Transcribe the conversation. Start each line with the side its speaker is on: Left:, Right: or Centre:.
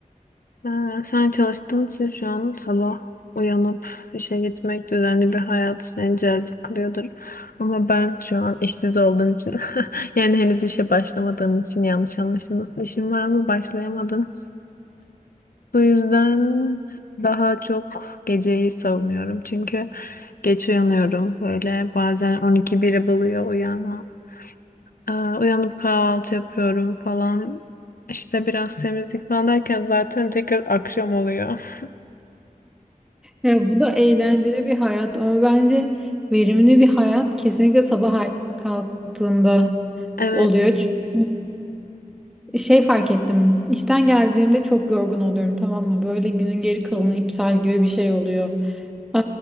Left: Ee, sen çalıştığın için şu an sabah uyanıp işe gitmek düzenli bir hayat seni cazip kılıyordur. Ama ben şu an işsiz olduğum için <laughs> yani henüz işe başlamadığım için yanlış anlaşılmasın. İşim var ama başlayamadım. Bu yüzden daha çok geceyi savunuyorum. Çünkü geç uyanıyorum böyle bazen 12 biri buluyor uyanma. Ee, uyanıp kahvaltı yapıyorum falan. İşte biraz temizlik falan derken zaten tekrar akşam oluyor. <laughs>
Centre: ya bu da eğlenceli bir hayat ama bence verimli bir hayat kesinlikle sabah erken kalktığında
Left: Evet.
Centre: oluyor. Çünkü Şey fark ettim. İşten geldiğimde çok yorgun oluyorum tamam mı? Böyle günün geri kalanı iptal gibi bir şey oluyor. Ee,